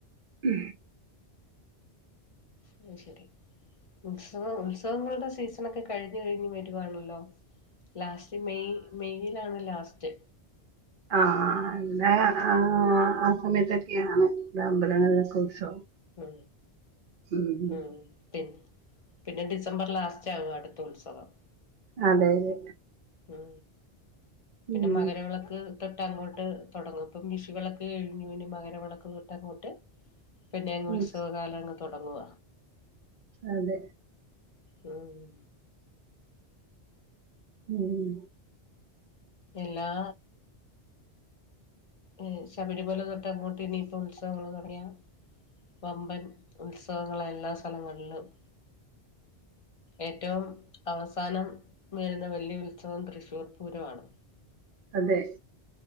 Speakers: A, on the right (about 55°); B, on the left (about 35°).
A: മ്
B: അതു ശരി ഉത്സവ ഉത്സവങ്ങളുടെ സീസണോക്കെ കഴിഞ്ഞു കഴിഞ്ഞ് വരുവാണല്ലോ ലാസ്റ്റ് മെയ് മെയിലാണ് ലാസ്റ്റ്
A: ആഹ് എല്ല ആഹ് ആഹ് സമയത്തൊക്കെയാണ് ഇവിടേ അമ്പലങ്ങളിലൊക്കെ ഉത്സവം
B: മ്
A: ഉം ഉം
B: മ് പിന്നെ പിന്നെ ഡിസംബർ ലാസ്റ്റ് ആകും അടുത്ത ഉത്സവം
A: അതെ അതെ
B: മ് പിന്നെ
A: ഉം
B: മകരവിളക്ക് തൊട്ട് അങ്ങോട്ട് തുടങ്ങും ഇപ്പം വിഷുവിളക്ക് കഴിഞ്ഞു ഇനി മകരവിളക്ക് തൊട്ട് അങ്ങോട്ട് പിന്നെ അങ്ങ്
A: ഉം,
B: ഉത്സവകാലം അങ്ങ് തുടങ്ങുവ
A: അതെ
B: മ്
A: ഉമ്
B: എല്ലാ ഏഹ് ശബരിമല തൊട്ട് അങ്ങോട്ട് ഇനിയിപ്പൊ ഉത്സവങ്ങൾ തുടങ്ങിയ വമ്പന് ഉത്സവങ്ങള എല്ലാ സ്ഥലങ്ങളിലും ഏറ്റവും അവസാനം വരുന്ന വലിയ ഉത്സവം തൃശ്ശൂർ പൂരമാണ്
A: അതെ